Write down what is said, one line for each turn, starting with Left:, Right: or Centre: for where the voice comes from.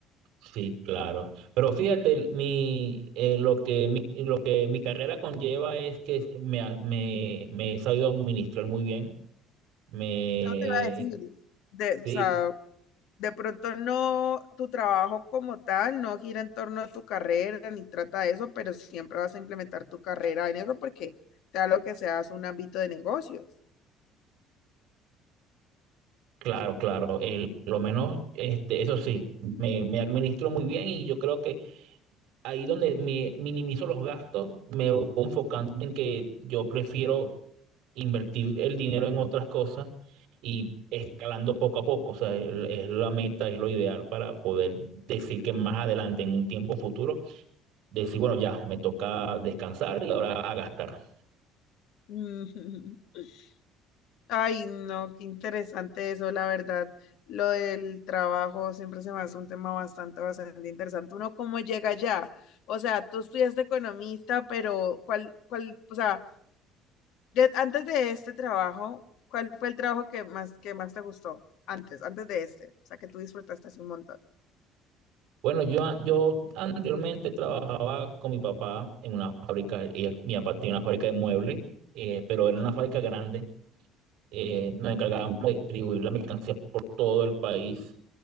Right: Sí, claro. Pero fíjate, mi, eh, lo que mi, lo que mi carrera conlleva es que me, ha- me, me he sabido administrar muy bien. Me,
Left: Yo te iba a decir, de,
Right: sí,
Left: o sea, de pronto no, tu trabajo como tal no gira en torno a tu carrera ni trata de eso, pero siempre vas a implementar tu carrera en eso porque sea lo que seas un ámbito de negocios.
Right: claro, claro. El- lo menos, este, eso sí, me, me administro muy bien y yo creo que ahí donde me minimizo los gastos, me voy enfocando en que yo prefiero invertir el dinero en otras cosas y escalando poco a poco. O sea, el- es la meta, es lo ideal para poder decir que más adelante, en un tiempo futuro, decir, bueno, ya me toca descansar y ahora a gastar.
Left: <laughs> Ay, no, qué interesante eso, la verdad. Lo del trabajo siempre se me hace un tema bastante, bastante interesante. Uno cómo llega allá. O sea, tú estudiaste economista, pero ¿cuál, cuál, o sea, de- antes de este trabajo, ¿cuál fue el trabajo que más, que más te gustó? Antes, antes de este, o sea, que tú disfrutaste así un montón.
Right: Bueno, yo, yo anteriormente trabajaba con mi papá en una fábrica, y mi papá tenía una fábrica de muebles, eh, pero era
Left: Ajá.
Right: una fábrica grande. eh, nos encargábamos de distribuir la mercancía por todo el país